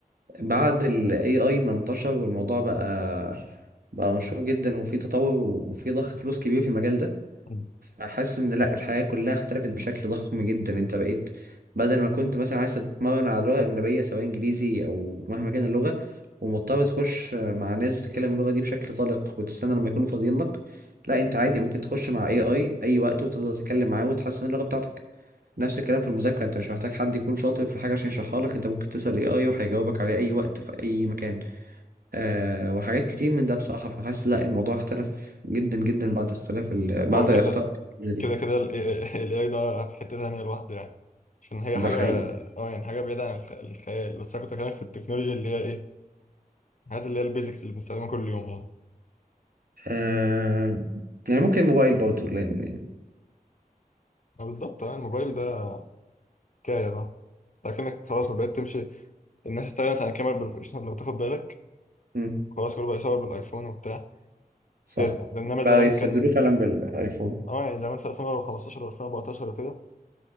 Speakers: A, on the right (about 80°); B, on the left (about 55°).
A: بعد ال AI ما انتشر والموضوع بقى بقى مشهور جدا وفي تطور وفي ضخ فلوس كبير في المجال ده
B: مم.
A: حاسس ان لا الحياة كلها اختلفت بشكل ضخم جدا انت بقيت بدل ما كنت مثلا عايز تتمرن على لغة أجنبية سواء إنجليزي أو مهما كان اللغة ومضطر تخش مع ناس بتتكلم اللغة دي بشكل طلق وتستنى لما يكونوا فاضيين لك لا انت عادي ممكن تخش مع اي اي اي وقت وتفضل تتكلم معاه وتحسن اللغة بتاعتك نفس الكلام في المذاكرة انت مش محتاج حد يكون شاطر في الحاجة عشان يشرحها لك انت ممكن تسأل اي اي وهيجاوبك عليه اي وقت في اي مكان آه وحاجات كتير من ده بصراحة فحاسس لا الموضوع اختلف جدا جدا بعد اختلاف ال... بعد
B: هو كده
A: اختلاف دي
B: كده كده ال AI ده في حتة تانية لوحده يعني عشان هي
A: ده
B: حاجة
A: حقيقي
B: اه يعني حاجة بعيدة عن الخ- الخيال بس أنا كنت بكلمك في التكنولوجيا اللي هي إيه الحاجات اللي هي البيزكس اللي بنستخدمها كل يوم اه
A: آه... يعني ممكن موبايل برضه لان يعني
B: آه بالظبط اه الموبايل ده حكاية ده لكنك
A: صح
B: خلاص ما بقيت تمشي الناس استغنت عن الكاميرا البروفيشنال لو تاخد بالك
A: مم.
B: خلاص كله بقى يصور بالايفون وبتاع
A: صح
B: جاز- انما زمان
A: بقى يستبدلوه
B: كان
A: فعلا بالايفون
B: اه يعني زمان في 2015 و2014 وكده